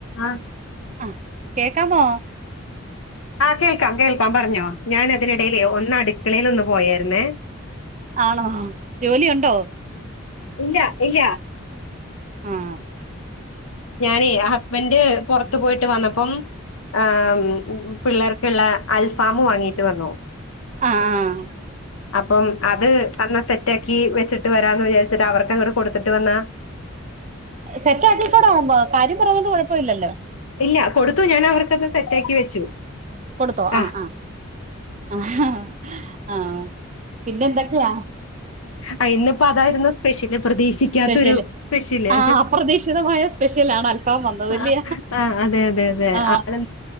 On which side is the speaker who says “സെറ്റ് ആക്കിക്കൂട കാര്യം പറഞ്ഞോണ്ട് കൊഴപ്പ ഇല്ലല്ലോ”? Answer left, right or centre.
Right